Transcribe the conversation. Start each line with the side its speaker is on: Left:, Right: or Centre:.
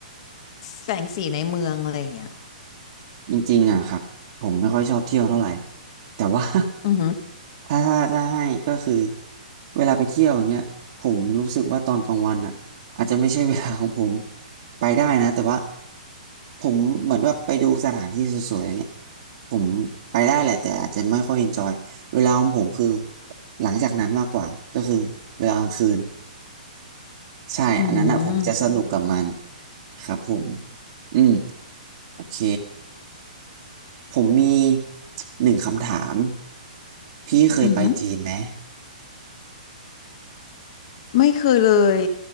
Left: แสงสีในเมืองอะไรอย่างเงี้ย
Right: จริงๆอ่ะครับผมไม่ค่อยชอบเที่ยวเท่าไหร่แต่ว่า
Left: อือหือ
Right: <laughs> ถ้าถ้าให้ก็คือเวลาไปเที่ยวอย่างเงี้ยผมรู้สึกว่าตอนกลางวันอ่ะอาจจะไม่ใช่เวลาของผมไปได้นะแต่ว่าผมเหมือนว่าไปดูสถานที่สวยๆอย่างเงี้ยผมไปได้แหละแต่อาจจะไม่ค่อยเอนจอยเวลาของผมคือหลังจากนั้นมากกว่าก็คือเวลากลางคืน <laughs> ใช่อันนั้นอ่ะผมจะสนุกกับมัน
Left: อืม
Right: ครับผมอืมโอเค ผมมีหนึ่งคำถามพี่เคยไปจีนไหม
Left: อืม ไม่เคยเลย